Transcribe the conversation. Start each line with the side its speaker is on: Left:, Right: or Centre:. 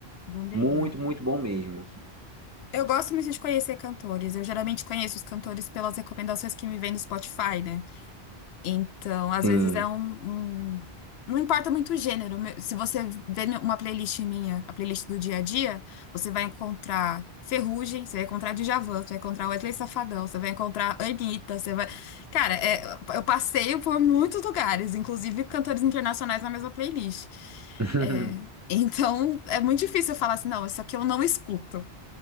Left: Wanderly.
Right: Muito, muito bom mesmo.
Left: Eu gosto muito de conhecer cantores. Eu geralmente conheço os cantores pelas recomendações que me vêm no Spotify, né? Então, às
Right: Sim.
Left: vezes é um, um- Não importa muito o gênero. me- Se você vê uma playlist minha, a playlist do dia a dia, você vai encontrar Ferrugem, você vai encontrar Djavan, você vai encontrar Wesley Safadão, você vai encontrar Anitta, você vai... Cara, é, eu passeio por muitos lugares, inclusive cantores internacionais na mesma playlist.
Right: <laughs>
Left: É, então, é muito difícil eu falar assim, não, isso aqui eu não escuto.